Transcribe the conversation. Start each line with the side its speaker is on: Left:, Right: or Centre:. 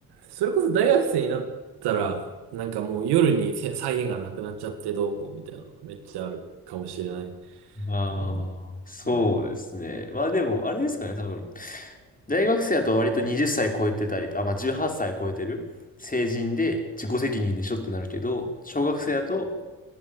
Right: それこそ大学生になったら、なんかもう夜にせ際限がなくなっちゃってどうこうみたいなのがめっちゃあるかもしれない。
Left: ああ、
Right: でもね。
Left: そうですね。
Right: うん
Left: まあでも、あれですかね、多分。大学生だと割と20歳超えてたり、あ、まあ18歳超えてる成人で自己責任でしょってなるけど、小学生だと